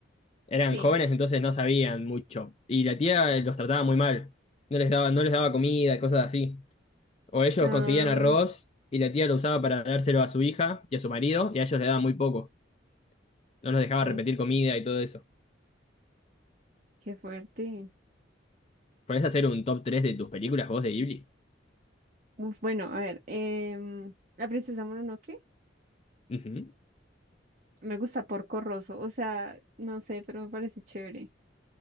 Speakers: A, on the left; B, on the right.
A: Eran
B: Sí.
A: jóvenes, entonces no sabían mucho. Y la tía los trataba muy mal. No les daba, no les daba comida, cosas así. O ellos
B: Ah,
A: conseguían arroz y la tía lo usaba para dárselo a su hija y a su marido, y a ellos le daba muy poco. No los dejaba
B: uf,
A: repetir comida y todo eso.
B: qué fuerte.
A: ¿Podés hacer un top tres de tus películas vos de Ghibli?
B: Uf, bueno, a ver. em, la princesa Mononoke.
A: Ujú.
B: Me gusta Porco Rosso, o sea, no sé, pero me parece chévere.